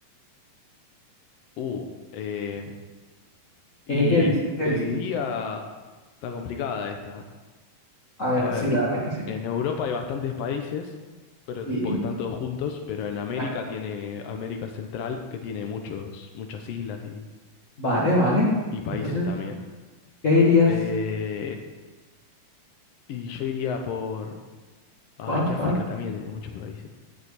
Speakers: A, on the left (about 80°); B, on the left (about 35°).
A: Uh, eh, Y
B: Eh, ¿qué dices? ¿Qué
A: te
B: dices?
A: diría, está complicada esta. ¿eh?
B: A ver,
A: A ver,
B: sí, la verdad es que sí.
A: en Europa hay bastantes países, pero
B: Sí,
A: porque están todos juntos, pero en América
B: exacto.
A: tiene América Central, que tiene muchos, muchas islas y,
B: vale, vale.
A: y países
B: Entonces,
A: también.
B: ¿qué dirías?
A: Eh, y yo iría por... Ah,
B: ¿Cuál?
A: es que
B: ¿Cuál?
A: África también tiene muchos países.